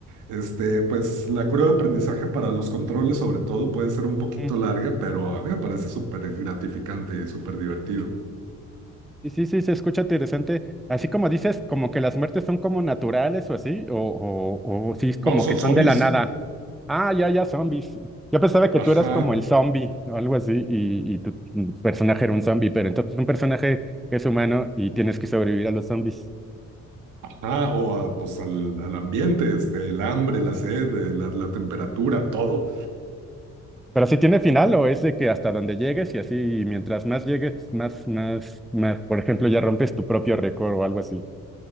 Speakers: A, on the right (about 85°); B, in the centre.
A: este, pues la curva de aprendizaje para los controles, sobre todo, puede ser un poquito
B: Ujú.
A: larga, pero a mí me parece súper gratificante y súper divertido.
B: Y sí, sí, se escucha interesante. Así como dices, como que las muertes son como naturales o así, o, o, o sí es como
A: No, son
B: que son
A: zombies.
B: de la nada. Ah, ya, ya, zombies. Yo pensaba que
A: Ajá,
B: tú eras como el zombie o algo así y, y tu personaje era un zombie, pero entonces es un personaje que es humano y tienes que sobrevivir a los zombies.
A: ajá, o a, pues al, al ambiente, este, el hambre, la sed, eh, la, la temperatura, todo.
B: Pero si tiene final o es de que hasta donde llegues y así mientras más llegues, más, más, más, por ejemplo, ya rompes tu propio récord o algo así.